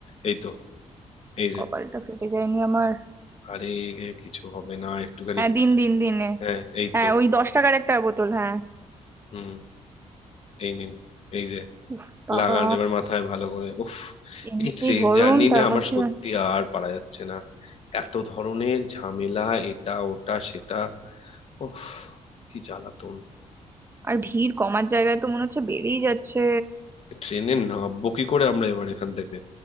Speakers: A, on the left; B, on the right.
A: এই তো এই যে
B: কপালটা ফেটে যায়নি আমার
A: আরে কিছু হবে না একটুখানি
B: হ্যাঁ দিন দিন দিনে
A: হ্যাঁ এই
B: হ্যাঁ
A: তো
B: ওই দশ টাকার একটা বোতল হ্যাঁ
A: হুম এই নিন এই যে
B: উফ বাবা
A: লাগান এবার মাথায় ভালো করে উফ
B: এমনিতেই
A: এই ট্রেন
B: গরম
A: জার্নি
B: তার
A: না
B: মধ্যে
A: আমার সত্যি আর পারা যাচ্ছে না এত ধরনের ঝামেলা এটা ওটা সেটা উফ কি জ্বালাতন
B: আর ভিড় কমার জায়গায় তো মনে হচ্ছে বেড়েই যাচ্ছে
A: ট্রেনে নামবো কি করে আমরা এবার এখান থেকে